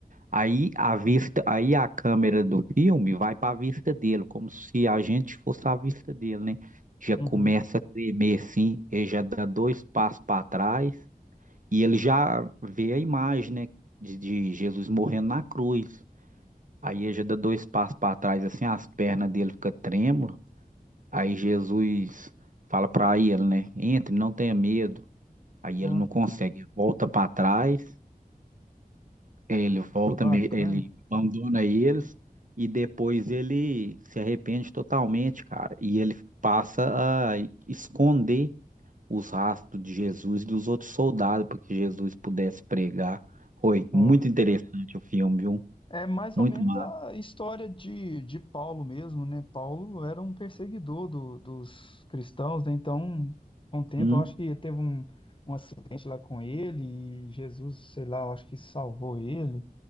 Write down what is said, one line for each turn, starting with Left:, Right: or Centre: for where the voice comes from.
Right: Aí a vista, aí a câmera do filme vai para a vista dele, como se a gente fosse a vista dele, né? Já
Left: Uhum.
Right: começa a tremer assim, ele já dá dois passos para trás e ele já vê a imagem, né, de, de Jesus morrendo na cruz. Aí ele já dá dois passos para trás assim, as pernas dele ficam trêmulas. Aí Jesus fala para ele, né, entre, não tenha medo. Aí
Left: Ó,
Right: ele não consegue, volta para trás Ele volta,
Left: que bacana.
Right: me- ele abandona eles e depois ele se arrepende totalmente, cara. E ele passa a esconder os rastros de Jesus e dos outros soldados para que Jesus pudesse pregar. Foi
Left: Ó.
Right: muito interessante o filme, viu?
Left: É mais
Right: Muito
Left: ou menos
Right: massa.
Left: a história de, de Paulo mesmo, né? Paulo era um perseguidor do- dos cristãos, né? Então, com o tempo,
Right: Hum?
Left: eu acho que teve um, um acidente lá com ele e Jesus, sei lá, eu acho que salvou ele.